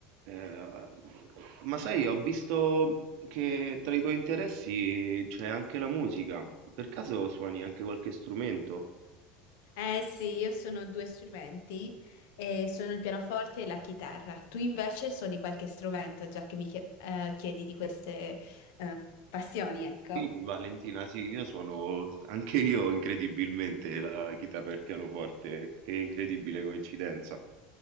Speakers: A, on the right (about 60°); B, on the left (about 75°).
A: Eh, ma sai, ho visto che tra i tuoi interessi c'è anche la musica. Per caso suoni anche qualche strumento?
B: Eh sì, io sono due strumenti, eh, sono il pianoforte e la chitarra. Tu invece suoni qualche strumento, già che mi chie- eh, chiedi di queste eh, passioni, ecco.
A: Sì, Valentina, sì, io suono anche io incredibilmente la chitarra e il pianoforte. Che incredibile coincidenza.